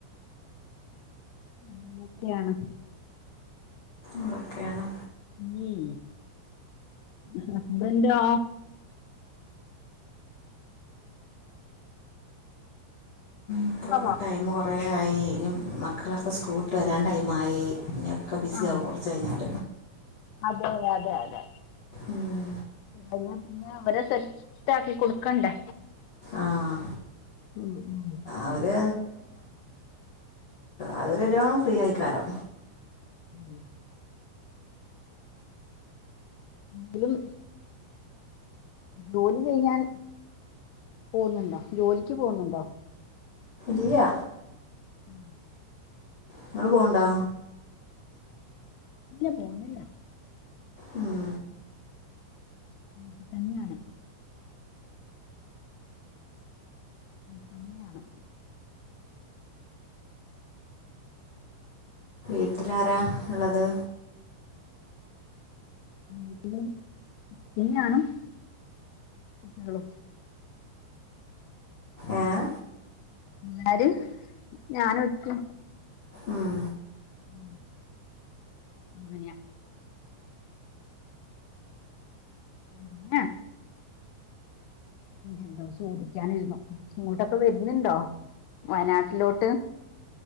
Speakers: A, on the left (about 80°); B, on the left (about 65°).
A: ഉം മൊക്കെയാണ്
B: അതൊക്കെയാണ്
A: ഉം ഹസ്ബൻ്റൊ
B: ഇപ്പോൾ
A: ആ
B: ടൈം കുറേ ആയി ഇനി മക്കളൊക്കെ സ്കൂളട്ട് വരാൻ ടൈമായി ഇനെയൊക്കെ ബിസിിയ
A: ആ
B: ആകും കുറച്ച് കഴിഞ്ഞാൽ
A: അതെ അതെ അതെ
B: ഉം
A: കഴ പിന്നെ അവരെ തെറ്റാക്കി കൊടുക്കണ്ടേ
B: ആഹ്
A: ഉം ഉം
B: അവര് അത്രെല്ല ഫ്രീ ആയിക്കാരോ
A: ഉ അതും ജോലി ചെയ്യാൻ പോുന്നുണ്ടോ ജോലിക്ക് പോുന്നുണ്ടോ
B: ഇിയ
A: ഉം
B: നിങ്ങൾ പോണ്ടാ
A: ഇല്ല പോുന്നില്ല
B: ഉം
A: അത് തന്നെയാണ് ഉ അമ്മയാണ്
B: എട്ടാര ഉള്ളത്
A: വീട്ടില പിന്ന ആനും കുട്ടികികളും
B: ആഏ
A: എല്ലാരും ഞനോക്കു
B: ഉം
A: ഉ അങ്ങനയാ പിന്നെ എന്തോ ചോദിക്കാനിരുന്നു ഇങ്ങോട്ടൊക്കെ വരുന്നുണ്ടോ വയനാട്ടിലോട്ട്